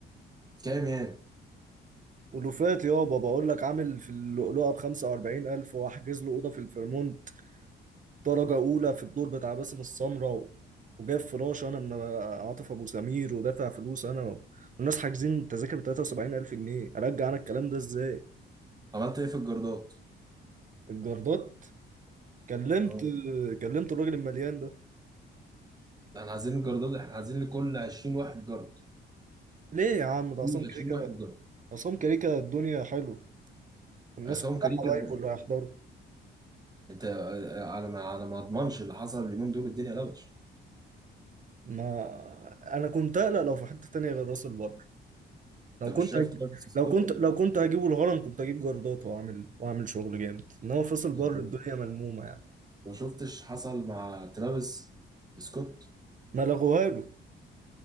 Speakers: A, on the right (about 20°); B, on the right (about 40°).
A: كام يعني
B: ولوفات يابا بقول لك عامل في اللؤلؤة بخمسة وأربعين ألف وأحجز له أوضة في الفيرمونت درجة أولى في الدور بتاع باسم السمرة و... وجايب فراش أنا من عاطف أبو سمير ودافع فلوس أنا و... والناس حاجزين تذاكر ب 73000 جنيه أرجع أنا الكلام ده إزاي
A: عملت ايه في الجردات
B: الجردات كلمت
A: اه
B: كلمت الراجل المليان ده
A: ده احنا عايزين الجردات احنا عايزين لكل 20 واحد جرد
B: ليه يا عم ده
A: كل
B: عصام كريكة
A: 20 واحد جرد
B: عصام كريكة الدنيا حلوة الناس
A: عصام
B: كلها
A: كريم قد
B: حبايب اللي
A: إيه؟
B: هيحضروا
A: انت آه، على ما على ما اضمنش اللي حصل اليومين دول الدنيا لبش
B: ما انا كنت اقلق لو في حته تانية غير راس البر لو
A: انت
B: كنت
A: مش شايف
B: هج...
A: ترافيس سكوت
B: لو كنت لو كنت هجيبه الهرم كنت هجيب جردات واعمل واعمل شغل جامد انما في راس البر
A: يعني
B: الدنيا ملمومه يعني
A: ما شفتش حصل مع ترافيس سكوت
B: ما لغوها له